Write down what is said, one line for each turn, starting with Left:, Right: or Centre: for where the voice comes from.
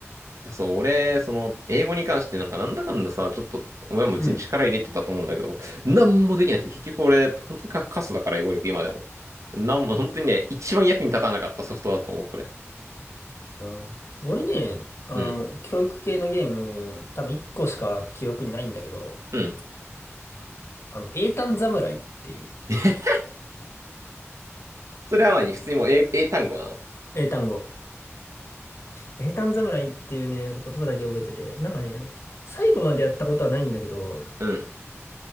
Right: いや、そう、俺、その、英語に関してなんかなんだかんださ、ちょっと、親も別に力入れてたと思うんだけど、
Left: うん。
Right: なんもできなくて、結局俺、本当にカカスだから、英語力、今でも。なんも、本当にね、一番役に立たなかったソフトだと思う、これ。
Left: やろうね俺ね、あの、
Right: うん。
Left: 教育系のゲーム、多分1個しか記憶にないんだけど、
Right: うん。
Left: あの、英単侍っていう、
Right: <laughs> それはまあ普通にもう英、英単語なの。
Left: 英単語。英単侍っていうね、言葉だけ覚えてて、なんかね、最後までやったことはないんだけど、
Right: うん。